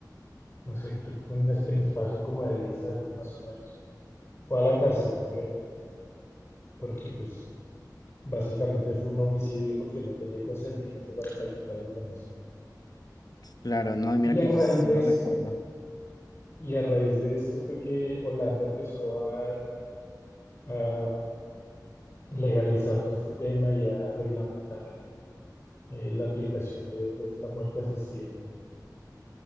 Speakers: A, on the left (about 35°); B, on the left (about 60°).
A: no sé, creo que fue en, es- en espacio como de 10 años más o menos. Fue a la cárcel, obviamente, porque pues Básicamente fue un homicidio porque no tenía el consentimiento para practicar eutanasia.
B: Claro, no, y mira
A: Y
B: que
A: a raíz
B: yo sí
A: de
B: lo
A: esto,
B: recuerdo.
A: y a raíz de esto fue que Holanda empezó a, a legalizar todo este tema y a reglamentar eh, la aplicación de, de esta muerte asistida.